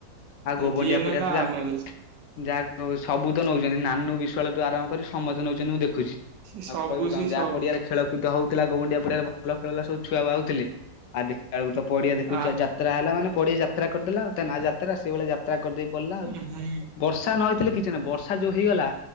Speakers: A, on the left; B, on the right.
A: ଆଉ ଗୋବଣ୍ଡିଆ
B: ଯିଏ ନେଲା
A: ପଡିଆରେ ଯା
B: ଆମ ଦୋଷ।
A: ଯା ସବୁ ତ ନେଉଛନ୍ତି ନାନୁ ବିଶ୍ୱାଳ ଠୁ ଆରମ୍ଭ କରି ସମସ୍ତେ ନେଉଛନ୍ତି ମୁଁ ଦେଖ ଦେଖୁଛି
B: ସେ ସବୁ
A: ଆଉ କହିବୁ କଣ
B: ସେ
A: ଯାହା
B: ସବୁ
A: ପଡିଆରେ ଖେଳକୁଦ ହଉ। ଥିଲା ଗ ଗୁଣ୍ଡିଆ ପଡ଼ିଆରେ ଭଲ ଖେଳ ହେଲା ସବୁ ଛୁଆ ବା ଆଉଥିଲେ ଆଉ ଦେଖିଲ ବେଳକୁ ତ ପଡିଆ ଦେଖୁଚୁ
B: ଆ
A: ଯାତ୍ରା ହେଲା ମାନେ ପଡିଆ ଯାତ୍ରା କରିଦେଲା ଆଉ ତା ନା ଯାତ୍ରା ସେଇଭଳିଆ ଯାତ୍ରା କରିଦେଇ ପଳେଇଲା,
B: ହୁଁ
A: ଆଉ ବର୍ଷା ନହେଇଥିଲେ କି ସେ ବର୍ଷା ଯୋଉ ହେଇଗଲା,